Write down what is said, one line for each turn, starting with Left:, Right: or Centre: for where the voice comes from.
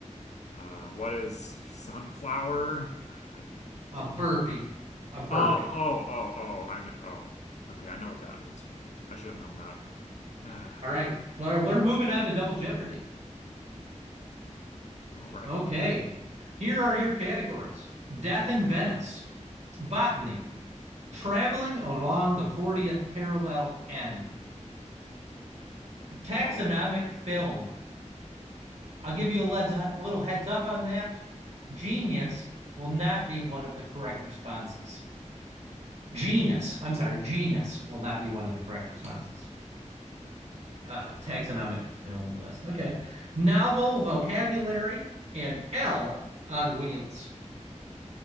Left: uh what is sunflower? I have no idea.
Right: <laughs> a burpee. A burpee.
Left: Oh, oh, oh, oh, I know. Oh. Okay, I know what that is, but I should have known that. <sighs>
Right: All right. Well, we're moving on to Double Jeopardy.
Left: All right.
Right: Okay. Here are your categories Death in Venice, Botany, Traveling Along the 40th Parallel N, Taxonomic
Left: Oh,
Right: Film. I'll give you a little heads up on that. Genius will not be one of the correct responses. Genus, I'm sorry, genus will not be one of the correct responses. uh, taxonomic film list. Okay. Novel vocabulary and L on wheels.